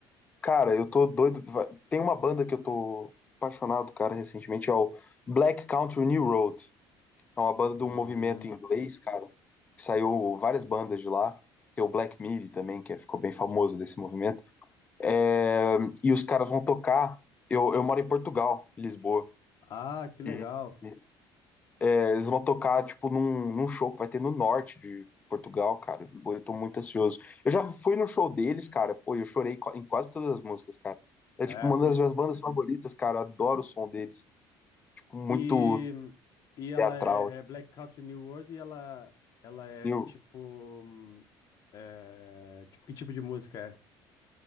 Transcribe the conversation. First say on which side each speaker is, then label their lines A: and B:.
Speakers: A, on the left; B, on the left.
A: Cara, eu tô doido. va- Tem uma banda que eu tô apaixonado, cara, recentemente, é o Black Country New Road. É uma banda
B: Hum.
A: de um movimento inglês, cara, que saiu várias bandas de lá. Tem o Black Midi também, que é, ficou bem famoso desse movimento. É, e os caras vão tocar. Eu, eu moro em Portugal, em Lisboa.
B: Ah, que legal.
A: E e, é, eles vão tocar, tipo, num, num show que vai ter no norte de Portugal, cara. Pô, eu tô muito ansioso. Eu já fui no show deles, cara. Pô, eu chorei qua- em quase todas as músicas, cara. É,
B: É,
A: tipo, uma das
B: e,
A: minhas bandas favoritas, cara. Eu adoro o som deles. Tipo, muito
B: e, e ela
A: teatral.
B: é, é Black Country New World e ela, ela é
A: E eu-
B: tipo, hum, é, tipo, que tipo de música é?